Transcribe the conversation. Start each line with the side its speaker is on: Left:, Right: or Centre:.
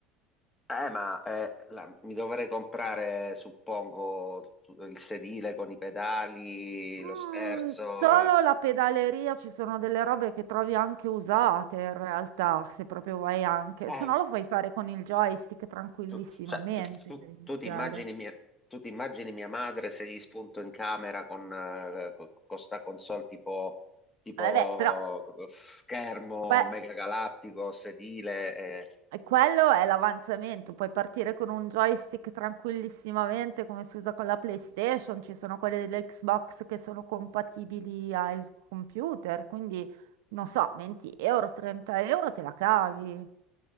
Left: Eh, ma eh, la- mi dovrei comprare, suppongo, tu- il sedile con i pedali,
Right: Mm,
Left: lo sterzo.
Right: solo
Left: le-
Right: la pedaleria ci sono delle robe che trovi anche usate in realtà, se proprio vuoi anche,
Left: Eh.
Right: se no lo puoi fare con il joystick tranquillissimamente
Left: Tu, cioè, tu, tu-
Right: per iniziare.
Left: tu ti immagini mia, tu ti immagini mia madre se gli spunto in camera con, eh, co- co- sta console tipo, tipo
Right: Vabbè, però
Left: schermo
Right: que-
Left: mega galattico, sedile. eh.
Right: quello è l'avanzamento, puoi partire con un joystick tranquillissimamente come si usa con la PlayStation, ci sono quelle dell'Xbox che sono compatibili al computer, quindi non so, 20 euro, 30 euro te la cavi.